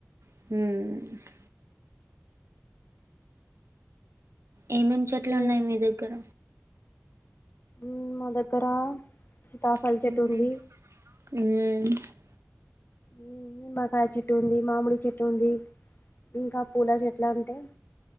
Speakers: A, on the right (about 75°); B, on the left (about 45°).
A: ఉమ్ ఏమేమి చెట్లు
B: ఏం
A: ఉన్నాయి మీ దగ్గర
B: ఉమ్ మా దగ్గర సీతాఫల్
A: ఉమ్
B: చెట్టు ఉంది ఉమ్ నిమ్మకాయ చెట్టు ఉంది మామిడి చెట్టు ఉంది ఇంకా పూల చెట్ల అంటే